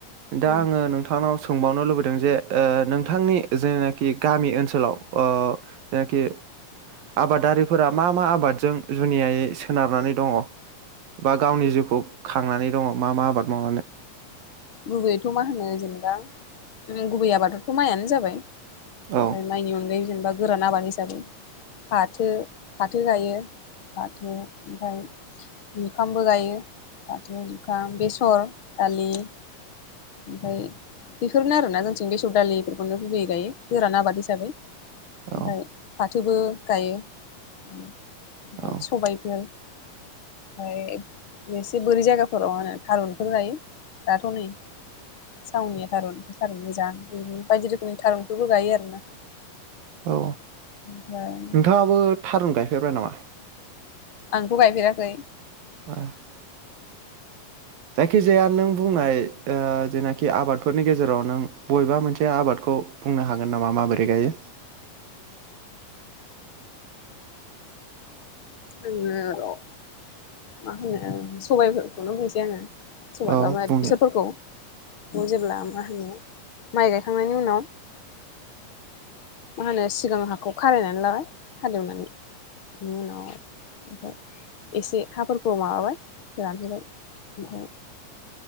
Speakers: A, on the right; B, on the left.
A: दा
B: उम
A: आङो नोंथांनाव स सोंबावनो लुबैदों जे ओ- नोंथांनि जेनाखि गामि ओनसोलाव ओ-जेनाखि आबादारिफोरा मा मा आबादजों जुनियायै? सोनारनानै दङ बा गावनि जिउखौ खांनानै दङ मा मा आबाद मावनानै?
B: गुबैयैथ' मा होनो जेनेबा गुबै आबादावथ' माइआनो जाबाय।
A: औ
B: ओफ्राय माइनि अनगायैबो जेनेबा। गोरान आबाद हिसाबै फाथो फाथो गायो फाथो ओमफाय जुखामबो गायो फाथो, जुखाम, बेसर। दालि ओमफ्राय बेफोरनो आरोना जोंथिं बेसर दालि बेफोरखौनो गुबैयै गायो गोरान आबाद हिसाबै। ओमफाय
A: औ
B: पाथ फाथोबो गायो। ओमफाय
A: औ
B: सबायफोर। ओफाय। एसे बोरै जायगाफोराव आरो थारुनफोर गायो। दाथ' नै सावनिया थारुन थारुन मोजां बिदिनो बायदि रोखोमनि थारुनफोरबो गायो आरोना।
A: औ
B: ओमफ्राय
A: नोंथाङाबो थारुन गायो। फेरबाय नामा।
B: आंथ गायफेराखै।
A: ए। जायखिजाया नों बुंनाय ओ जेनाखि आबादफोरनि गेजेराव नों बबेबा मोनसे आबादखौ बुंनो हागोन नामा माबोरै गायो।
B: आङो' मा होनो सबायफोरखौनो बुंसै आङो।
A: औ
B: <unintelligible>
A: बुंनो
B: बिसोरखौ जेब्ला मा होनो माइ गायखांनायनि उनाव मा होनो सिगां हाखौ खारायनानै लाबाय हालेवनानै बिनि उनाव ओमफ्राय एसे हाफोरखौ माबाबाय रान होबाय ओमफ्राय